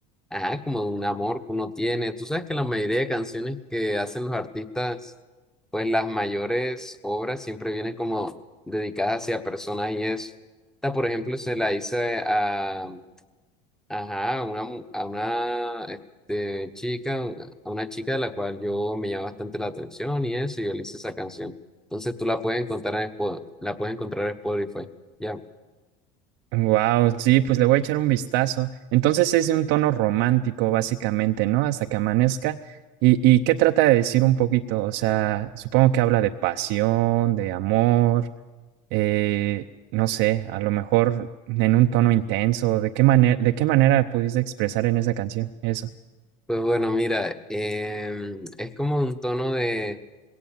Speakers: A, in the centre; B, on the right.
A: Ajá, como de un amor que uno tiene. Tú sabes que la mayoría de canciones que hacen los artistas, pues las mayores obras siempre vienen como dedicadas hacia personas y eso. Esta, por ejemplo, se la hice a, ajá, a una, mu- a una este, chica, a una chica de la cual yo me llama bastante la atención y eso, y yo le hice esa canción. Entonces tú la puedes encontrar en Spo- la puedes encontrar en Spotify. Ya.
B: Wow, sí, pues le voy a echar un vistazo. Entonces es de un tono romántico básicamente, ¿no? Hasta que amanezca. ¿Y, y qué trata de decir un poquito? O sea, supongo que habla de pasión, de amor. eh, no sé, a lo mejor en un tono intenso, ¿de qué manera, de qué manera pudiste expresar en esa canción eso?
A: Pues bueno, mira, em, es como un tono de